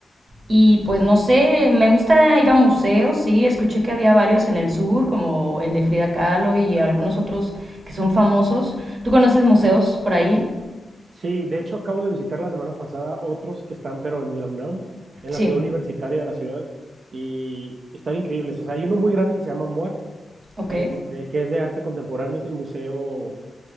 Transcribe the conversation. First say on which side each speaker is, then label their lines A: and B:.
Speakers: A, on the right; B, on the right.
A: y pues no sé, me gusta ir a museos, sí, escuché que había varios en el sur, como el de Frida Kahlo y algunos otros que son famosos. ¿Tú conoces museos por ahí?
B: Sí, de hecho acabo de visitar la semana pasada otros que están, pero en la UNAM, en
A: Sí,
B: la ciudad universitaria de la ciudad, y están increíbles. O sea, hay uno muy grande que se llama MUAC,
A: ok,
B: este, que es de arte contemporáneo, es el museo